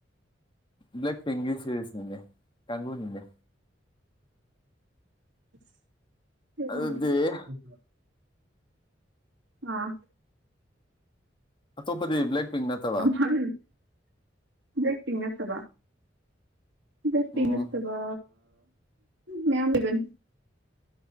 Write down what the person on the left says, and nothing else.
ꯕ꯭ꯂꯦꯛ ꯄꯤꯡꯒꯤ ꯁꯦꯔꯤꯁ ꯅꯤꯅꯦ ꯀꯪꯒꯨꯅꯤꯅꯦ꯫
ꯑꯗꯨꯗꯤ
ꯑꯇꯣꯞꯄꯗꯤ ꯕ꯭ꯂꯦꯛ ꯄꯤꯡ ꯅꯠꯇꯕ
ꯎꯝ